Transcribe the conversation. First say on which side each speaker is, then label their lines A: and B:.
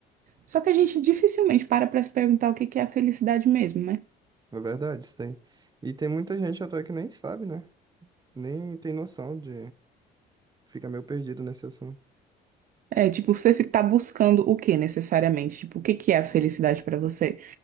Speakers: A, on the right; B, on the right.
A: Só que a gente dificilmente para para se perguntar o que que é a felicidade mesmo, né?
B: É verdade, isso tem. E tem muita gente até que nem sabe, né? Nem tem noção de. Fica meio perdido nesse assunto.
A: É, tipo, você fi- tá buscando o que necessariamente? Tipo, o que que é a felicidade para você?